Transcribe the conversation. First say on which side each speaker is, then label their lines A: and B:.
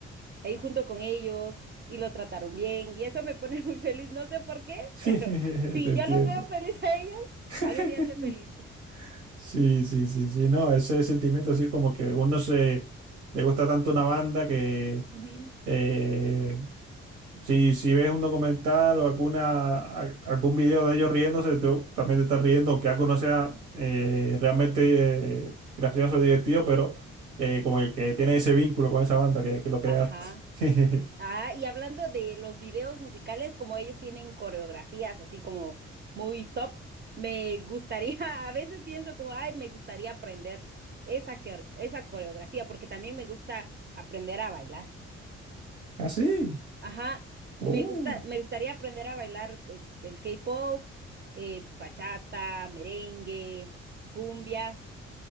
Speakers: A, on the right; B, on the right.
A: ahí junto con ellos y lo trataron bien y eso me pone <laughs> muy feliz, no sé por qué,
B: <laughs>
A: pero si
B: Te entiendo.
A: yo los veo feliz a ellos,
B: <laughs>
A: a mí me hace feliz.
B: Sí, sí, sí, sí, no, ese sentimiento así como que uno se le gusta tanto una banda que
A: Ujú.
B: Eh, si, si ves un documental o alguna, a- algún video de ellos riéndose, tú también te estás riendo, aunque algo no sea eh, realmente eh, gracioso o divertido, pero eh, como que, que tiene ese vínculo con esa banda que, que lo creaste.
A: Ajá.
B: <laughs>
A: Ah, y hablando de los videos musicales, como ellos tienen coreografías así como muy top, me gustaría, <laughs> a veces pienso como, ay, me gustaría aprender esa, que- esa coreografía, porque también me gusta aprender a bailar.
B: Así.
A: Ajá,
B: Oh,
A: me gusta, me gustaría aprender a bailar pues el K-pop, eh, bachata, merengue, cumbia.